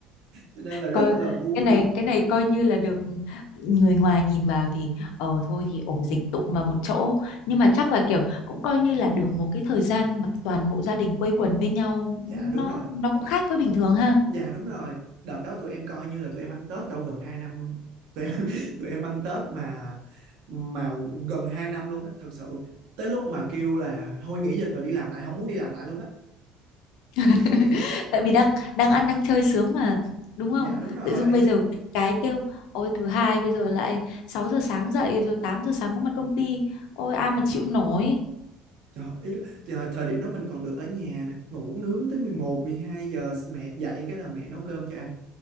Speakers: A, on the right (about 75°); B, on the left (about 80°).
A: cho nên là rất
B: coi
A: là
B: cái
A: vui.
B: Ờ, này cái này coi như là được người ngoài nhìn vào thì ờ thôi thì ổ dịch tụm vào một chỗ nhưng mà chắc là kiểu cũng coi như là được một cái thời gian mà toàn bộ gia đình quây quần bên nhau
A: Dạ, đúng
B: nó
A: rồi,
B: nó cũng khác với bình thường ha
A: dạ, đúng rồi, đợt đó tụi em coi như là tụi em ăn Tết đâu gần 2 năm luôn. Tụi em <laughs> tụi em ăn Tết mà mà gần 2 năm luôn á, thật sự, tới lúc mà kêu là thôi nghỉ dịch rồi đi làm lại, không muốn đi làm lại luôn á.
B: <laughs>
A: <laughs>
B: tại vì đang đang ăn đang chơi sướng mà đúng không
A: Dạ, đúng rồi,
B: tự dưng
A: đang
B: bây giờ cái kêu ôi thứ hai bây giờ lại 6 giờ sáng dậy rồi 8 giờ sáng có mặt công ty ôi ai mà chịu nổi
A: Trời, ý là, trời, thời điểm đó mình còn được ở nhà nè, ngủ nướng tới 11, 12 giờ mẹ dậy cái là mẹ nấu cơm cho ăn.